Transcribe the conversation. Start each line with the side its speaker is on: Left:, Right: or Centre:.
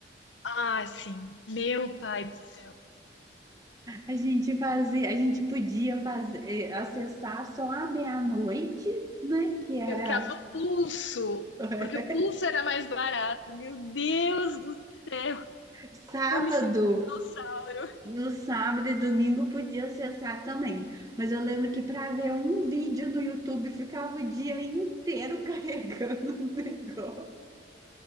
Left: Ah, sim. Meu pai. do céu.
Right: A gente fazia, a gente podia fazer, eh, acessar só à meia-noite, né? Que era
Left: Por causa do pulso.
Right: <laughs>
Left: Porque o pulso era mais barato. Meu Deus do céu.
Right: sábado,
Left: Eu me sinto mal. Eu
Right: no sábado e domingo podia acessar também. Mas eu lembro que para ver um vídeo no YouTube ficava o dia inteiro <laughs> carregando o negócio.